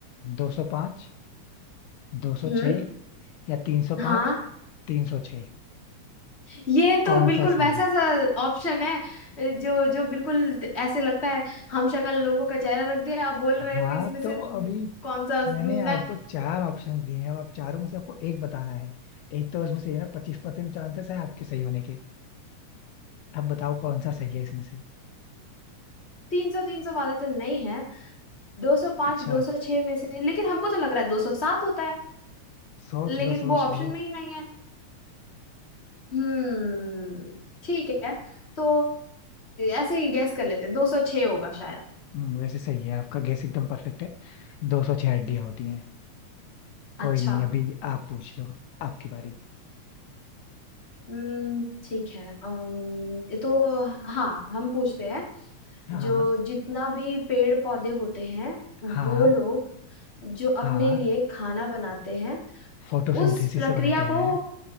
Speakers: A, on the left (about 80°); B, on the left (about 20°).
A: दो सौ पाँच दो सौ
B: हम्म
A: छः, या 305
B: हाँ
A: 306
B: ये तो
A: कौन
B: बिल्कुल
A: सा सही
B: वैसा
A: है
B: सा ऑप्शन है जो जो बिल्कुल ऐसे लगता है हम शक्ल लोगों का चेहरा रख दिया आप बोल रहे
A: हाँ
B: हो कि इसमें से
A: तो
B: हम्म,
A: अभी
B: कौन सा
A: मैंने
B: ढूंढना
A: आपको चार ऑप्शंस दिए हैं अब आप चारों में से आपको एक बताना है एक तो उसमें से है ना पच्चीस परसेंट चांसेस है आपके सही होने के अब बताओ कौन सा सही है इसमें से
B: तीन सौ तीन सौ वाला तो नहीं है दो सौ पांच
A: अच्छा
B: दो सौ छह में से लेकिन हमको तो लग रहा है दो सौ सात होता है
A: सोच
B: लेकिन
A: लो सोच
B: वो ऑप्शन
A: लो
B: में ही नहीं है हम्म ठीक है तो ऐसे ही गैस कर लेते दो सौ छह होगा शायद
A: हम्म, वैसे सही है आपका गेस एकदम परफेक्ट है दो सौ छह हड्डियां होती हैं कोई
B: अच्छा
A: नहीं अभी आप पूछ लो आपकी बारी
B: हम्म ठीक है अम्म, ये तो हाँ हम पूछते हैं
A: हाँ
B: जो जितना भी पेड़ पौधे होते हैं
A: हाँ
B: वो लोग जो
A: हाँ
B: अपने लिए खाना बनाते हैं
A: फोटोसिंथेसिस
B: उस प्रक्रिया
A: से बनाते हैं
B: को